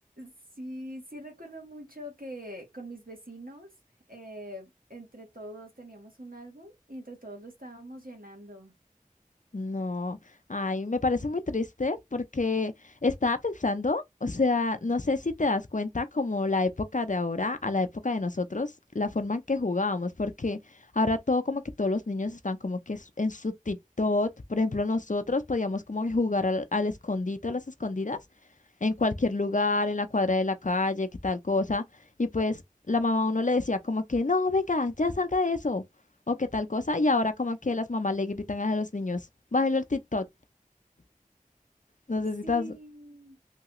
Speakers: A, on the right (about 85°); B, on the left (about 60°).
A: Sí, sí recuerdo mucho que con mis vecinos, eh, entre todos teníamos un álbum y entre todos lo estábamos llenando.
B: No, ay, me parece muy triste porque estaba pensando, o sea, no sé si te das cuenta como la época de ahora a la época de nosotros, la forma en que jugábamos, porque ahora todo como que todos los niños están como que s- en su TikTok, por ejemplo, nosotros podíamos como que jugar al, al escondite o las escondidas en cualquier lugar, en la cuadra de la calle, que tal cosa, y pues la mamá a uno le decía como que, no, venga, ya salga de eso o qué tal cosa, y ahora como que las mamás le gritan a los niños, bájelo el TikTok, necesitas.
A: Sí.